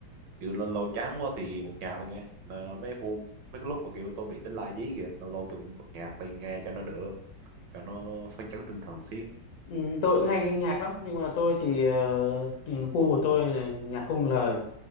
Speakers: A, on the right; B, on the left.
A: kiểu lâu lâu chán quá thì bật nhạc lên nghe Mà mấy hôm mấy cái lúc mà kiểu tôi bị đánh lai dí kìa lâu lâu tôi cũng bật nhạc lên nghe cho nó đỡ cho nó phấn chấn tinh thần xí
B: Ừ, tôi cũng hay nghe nhạc lắm nhưng mà tôi thì ờ, ừ, gu của tôi là nhạc không lời